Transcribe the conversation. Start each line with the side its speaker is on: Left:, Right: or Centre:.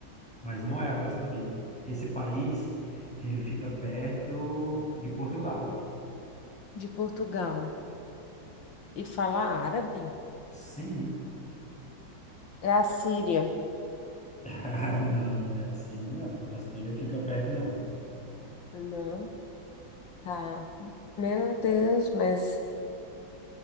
Centre: mas não é a Arábia Saudita. Esse país, ele fica perto de Portugal.
Left: de Portugal e fala árabe?
Centre: Sim, né? <laughs>
Left: É a Síria.
Centre: Ah, Não, né? A Síria não. A Síria fica perto, não.
Left: Não, tá. Meu Deus, mas